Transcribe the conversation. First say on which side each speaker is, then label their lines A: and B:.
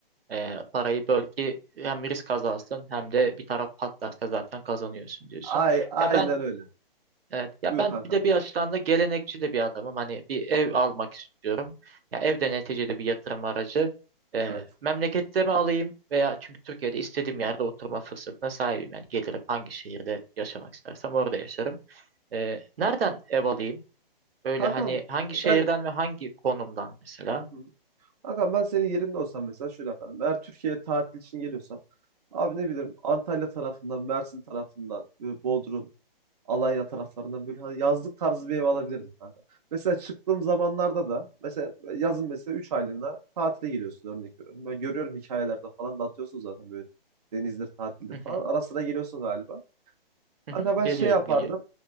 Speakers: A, on the right; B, on the right.
A: e, parayı böl ki hem risk azansın hem de bir taraf patlarsa zaten kazanıyorsun diyorsun.
B: Ay, aynen
A: Ya ben
B: öyle.
A: evet, ya
B: Buyur
A: ben
B: kankam.
A: bir de bir açıdan da gelenekçi de bir adamım. Hani bir ev almak istiyorum. Ya ev de neticede bir yatırım aracı. E,
B: Evet.
A: memlekette mi alayım veya çünkü Türkiye'de istediğim yerde oturma fırsatına sahibim. Yani gelirim hangi şehirde yaşamak istersem orada yaşarım. E, nereden ev alayım? Öyle
B: Kankam
A: hani hangi şehirden
B: ben
A: ve hangi konumdan mesela?
B: Hı hı. Hakan ben senin yerinde olsam mesela şöyle yaparım. Eğer Türkiye'ye tatil için geliyorsam abi ne bileyim Antalya tarafından, Mersin tarafından, böyle Bodrum, Alanya taraflarından böyle hani yazlık tarzı bir ev alabilirdim kanka. Mesela çıktığım zamanlarda da mesela yazın mesela 3 aylığına tatile geliyorsun örnek veriyorum. Ben görüyorum hikayelerde falan da atıyorsun zaten böyle denizdir, tatildir
A: Hı hı.
B: falan. Ara sıra geliyorsun galiba. Kanka
A: Hı hı.
B: ben
A: Geliyorum,
B: şey yapardım.
A: geliyorum.